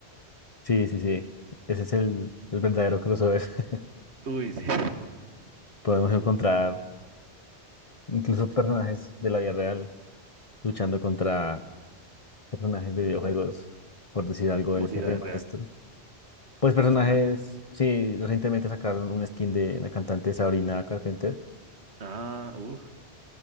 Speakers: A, on the left; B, on the right.
A: Sí, sí, sí. Ese es el, el verdadero crossover. <laughs>
B: Uy, sí. <laughs>
A: Podemos encontrar incluso personajes de la vida real luchando contra personajes de videojuegos, por decir algo,
B: Como
A: el
B: si
A: jefe
B: la vida
A: maestro.
B: real.
A: Pues personajes,
B: Persona.
A: sí, recientemente sacaron un skin de la cantante Sabrina Carpenter.
B: Ah, uff.